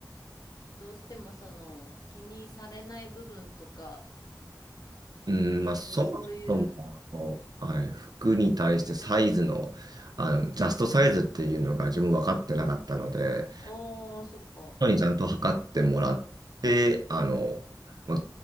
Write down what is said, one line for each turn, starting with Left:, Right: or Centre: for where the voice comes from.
Left: どうしてもその、気にされない部分とかっ
Right: うん、
Left: ていう、
Right: まあ、そもそも、
Left: そういう、
Right: こうはい、服に対してサイズの、あの、ジャストサイズっていうのが自分分かってなかったので、
Left: おー、そっか。
Right: 人にちゃんと測ってもらって、あの、まあ、